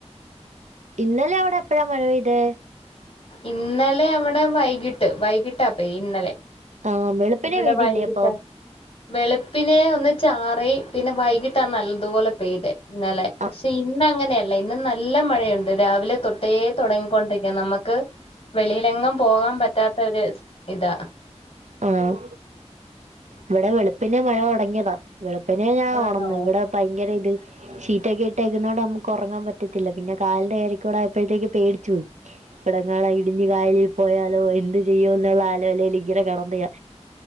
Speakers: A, on the right (about 85°); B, on the left (about 50°).
A: ഇന്നലെ അവിടെ എപ്പഴാ മഴ പെയ്തെ
B: ഇന്നലെ അവിടെ വൈകിട്ട് വൈകിട്ടാപ്പേ ഇന്നലെ.
A: ആഹ് വെളുപ്പിനെ
B: ഇവിടെ
A: പൈദില്ലേ
B: വൈകിട്ടാ
A: അപ്പം.
B: വെളുപ്പിനെ ഒന്ന് ചാറി പിന്നെ വൈകിട്ടാ നല് തുപോലെ പെയ്തേ ഇന്നലെ
A: ആ
B: പക്ഷെ ഇന് അങ്ങനെയല്ല ഇന്ന് നല്ല മഴയുണ്ട് രാവിലെ തൊ ട്ടേ തുടങ്ങിക്കൊണ്ടിരിക്കാ നമുക്ക് വെളിയിലെങ്ങും പോകാൻ പറ്റാത്ത ഒരു ഇതാ.
A: ആഹ് ഇവിടെ വെളുപ്പിനെ മഴ തുടങ്ങിയതാ വെളുപ്പിനെ ഞാൻ
B: ആണോ
A: ഓണന്ന് ഇവിടെ. ഭയങ്കരായ്ട് ഷീറ്റൊക്കെ ഇട്ടേക്കുന്നതോടെ നമുക്ക് ഉറങ്ങാൻ പറ്റത്തില്ല പിന്നെ കാലിന്റെ കയരക്കൂടെ ആയപ്പോഴത്തേക്ക് പേടിച്ചു പോയി. ഇവിടെങ്ങാട് ഇടിഞ്ഞ് കായലി പോയാലോ എന്ത് ചെയ്യോന്നുള്ള ആലോലേല് ഇങ്ങനെ കെടന്നെയാ